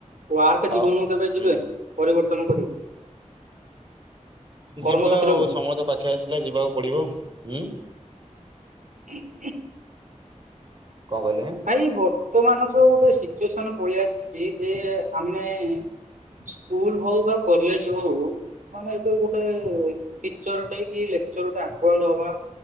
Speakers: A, on the right; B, on the right.
A: ୱାର୍କ
B: ଆଉ
A: ଜୀବନକୁ କେବେ ଯିବେ
B: ହୁଁ
A: ପରିବର୍ତ୍ତନ କରି? କର୍ମକ୍ଷେତ୍ରକୁ?
B: ଯିବା ଆଉ ସମୟ ତ ପାଖେ ଆସିଲେ ଯିବାକୁ ପଡିବ ହୁଁ,।
A: ହଁ ହଁ
B: କଣ କହିଲେ?
A: ଭାଇ ବର୍ତ୍ତମାନ ଯୋଉ ଗୋଟେ ସିଚୁଏସନ୍ ପଳି ଆସିଛି ଯେ ଆମେ ସ୍କୁଲ୍ ହଉ ବା କଲେଜ୍ ହଉ ମାନେ ଏବେ ଗୋଟେ ଟିଚର୍
B: ହୁଁ
A: ଟେ କି ଲେକଚର୍ ଟେ ଆକଣ୍ଡ ହବା